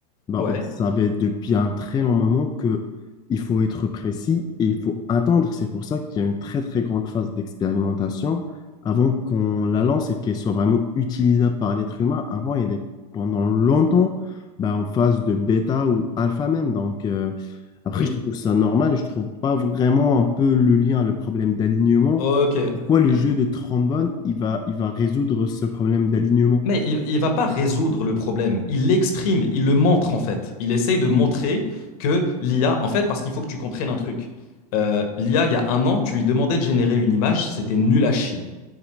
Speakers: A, on the left; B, on the left.
A: ben,
B: ouais,
A: on savait depuis un très long moment que il faut être précis et il faut attendre. C'est pour ça qu'il y a une très, très grande phase d'expérimentation avant qu'on la lance et qu'elle soit vraiment utilisable par l'être humain. Avant, elle est pendant longtemps ben, en phase de bêta ou alpha même. Donc, euh, après,
B: oui,
A: je trouve ça normal et je trouve pas vraiment un peu le lien, le problème d'alignement
B: ok,
A: pourquoi le
B: Je-
A: jeu de trombone, il va, il va résoudre ce problème d'alignement?
B: Mais il, il va pas résoudre le problème, il l'exprime, il le montre en fait. Il essaye de montrer que l'IA, en fait, parce qu'il faut que tu comprennes un truc. Euh, l'IA, il y a un an, tu lui demandais de générer une image, c'était nul à chier.